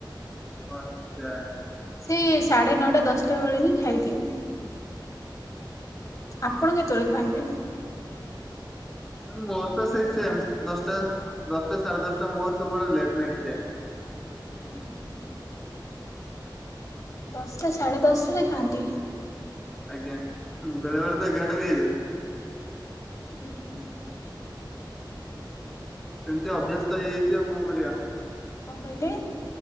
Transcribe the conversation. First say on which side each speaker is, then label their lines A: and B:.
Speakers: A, in the centre; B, on the left.
A: ଆଚ୍ଛା।
B: ସେ ସାଢ଼େ ନଅଟା ଦଶଟା ବେଳେ ହିଁ ଖାଇଦିଏ। ଆପଣ କେତଳେ ଖାଆନ୍ତି?
A: ମୋର ତ ସେଇ ସେମ୍ ଦଶଟା-ଦଶଟା ସାଢେ ଦଶଟା ମୋର ସବୁବେଳେ ଲେଟ୍ ନାଇଟ୍ ଖିଆ।
B: ହୁଁ-ହୁଁ। ଦଶଟା ସାଢ଼େ ଦଶଟାରେ ଖାଆନ୍ତି?
A: ଆଜ୍ଞା, ବେଳେ-ବେଳେ ତ ଏଗାରଟା ବି ହେଇଯାଏ।
B: ଉୁଁ-ହୁଁ।
A: ସେମ୍ତିଆ ଅଭ୍ୟାସ୍ତ ତ ହେଇଯାଇଚି ଆଉ କଣ କରିବା।
B: କଣ କହିଲେ?